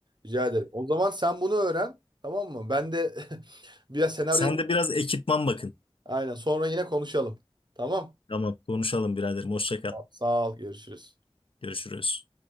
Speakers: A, on the right; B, on the left.
A: Rica ederim. O zaman sen bunu öğren. Tamam mı? Ben de <laughs> biraz senaryo...
B: Sen de biraz ekipman bakın.
A: Aynen. Sonra yine konuşalım. Tamam.
B: Tamam konuşalım biraderim. Hoşça kal.
A: Sağ ol. Görüşürüz.
B: Görüşürüz.